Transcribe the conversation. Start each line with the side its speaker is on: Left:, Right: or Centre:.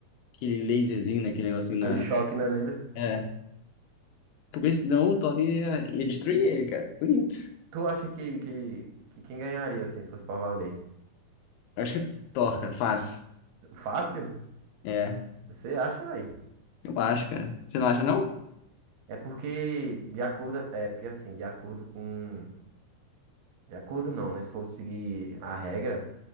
Left: aquele laserzinho, né, aquele negocinho
Right: aquele
Left: na...
Right: choque, né, nele.
Left: É, porque senão o Thor ia, ia destruir ele, cara. Bonito.
Right: Tu acha que, que, que quem ganharia, assim, se fosse pra valer?
Left: Eu acho que é Thor, cara, fácil.
Right: Fácil?
Left: É,
Right: Você acha, velho?
Left: eu acho, cara. Você não acha, não?
Right: É porque de acordo, é porque assim, de acordo com, de acordo não, né? Se for seguir a regra,